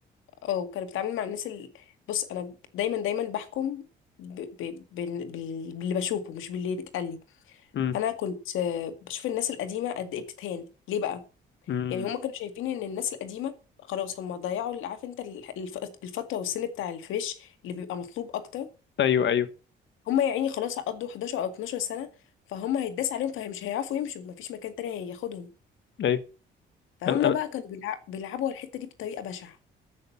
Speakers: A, on the left; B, on the left.
A: اه كانت بتتعامل مع الناس اللي بص انا دايما دايما بحكم ب... ب... بال- بال- باللي بشوفه مش باللي بيتقال لي
B: مم.
A: انا كنت آه، بشوف الناس القديمه قد ايه بتتهان ليه بقى
B: مم.
A: يعني هما كانوا شايفين ان الناس القديمه خلاص هما ضيعوا ال- عارف انت ال- الف- الفتره والسن بتاع الفيش اللي بيبقى مطلوب اكتر
B: ايوه ايوه
A: هما يا عيني خلاص قضوا 11 او 12 سنه فهم هيتداس عليهم فمش هيعرفوا يمشوا مفيش مكان تاني هياخدهم
B: ايوه
A: فهم
B: انا انا
A: بقى كانوا بيلع- بيلعبوا على الحته دي بطريقه بشعه